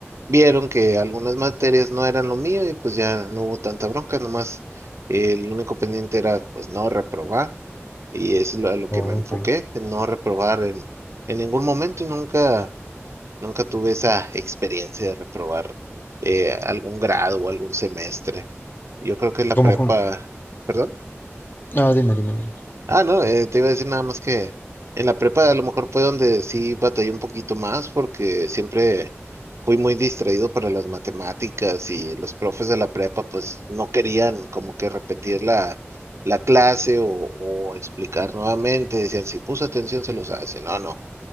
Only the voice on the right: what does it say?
vieron que algunas materias no eran lo mío y pues ya no hubo tanta bronca, nomás el único pendiente era pues no reprobar y eso es lo- a lo
que
me enfoqué, en no reprobar en, en ningún momento y nunca, nunca tuve esa experiencia de reprobar eh, algún grado o algún semestre. Yo creo que la
prepa,
¿perdón?
Ah, no, eh, te iba a decir nada más que en la prepa a lo mejor fue donde sí batallé un poquito más porque siempre fui muy distraído para las matemáticas y los profes de la prepa pues no querían como que repetir la, la clase o, o explicar nuevamente. Decían, si puso atención se lo sabe, si no, no.